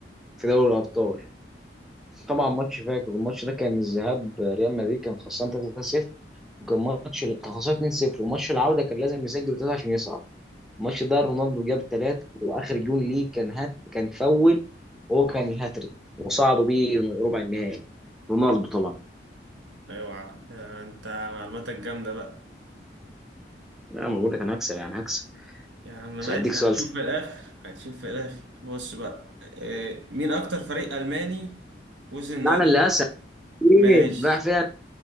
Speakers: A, in the centre; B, on the right.
A: في دوري الابطال طبعا ماتش فاكر الماتش ده كان الذهاب ريال مدريد كان خسران 3-0 وكان ماتش كان خسران 2-0 وماتش العوده كان لازم يسجل ثلاثه عشان يصعد الماتش ده رونالدو جاب ثلاثه واخر جون ليه كان هات كان فول وهو كان الهاتريك وصعدوا بيه ربع النهائي رونالدو طبعا
B: اوعى ده انت معلوماتك جامدة بقى
A: لا ما بقول لك انا هكسب يعني هكسب
B: يا عم ماشي
A: مش هديك سؤال
B: هنشوف
A: سهل.
B: في الاخر هنشوف في الاخر بص بقى إيه مين اكتر فريق الماني وصل النهائي
A: لا انا اللي هسأل فين
B: ماشي
A: رايح فين